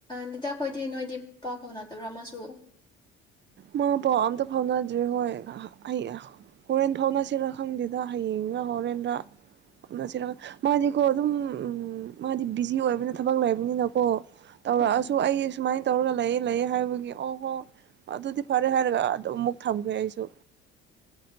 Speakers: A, on the left; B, on the right.
A: ꯂꯤꯇꯈꯣꯏꯗꯤ ꯅꯣꯏꯗꯤ ꯄꯥꯎ ꯐꯥꯎꯅꯗꯕ꯭ꯔꯥ ꯑꯃꯁꯨ
B: ꯃꯥ ꯄꯥꯎ ꯑꯝꯇ ꯐꯥꯎꯅꯗ꯭ꯔꯦ ꯍꯣꯏ ꯍꯣꯔꯦꯟ ꯐꯥꯎꯅꯁꯤꯔ ꯈꯪꯗꯦꯗ ꯍꯌꯦꯡꯒ ꯍꯣꯔꯦꯟꯗ ꯐꯥꯎꯅꯁꯤꯔꯦ ꯃꯥꯗꯤꯀꯣ ꯑꯗꯨꯝ ꯃꯥꯗꯤ ꯕꯤꯖꯤ ꯑꯣꯏꯕꯅ ꯊꯕꯛ ꯂꯩꯕꯅꯤꯅꯀꯣ ꯇꯧꯔꯛꯑꯁꯨ
A: ꯎꯝ
B: ꯑꯩ ꯁꯨꯃꯥꯏꯅ ꯇꯧꯔꯒ ꯂꯩꯌꯦ ꯂꯩꯌꯦ ꯍꯥꯏꯕꯒꯤ ꯑꯣ ꯍꯣ ꯑꯗꯨꯗꯤ ꯐꯔꯦ ꯍꯥꯏꯔꯒ ꯑꯗꯨꯨ ꯊꯝꯈ꯭ꯔꯦ ꯑꯩꯁꯨ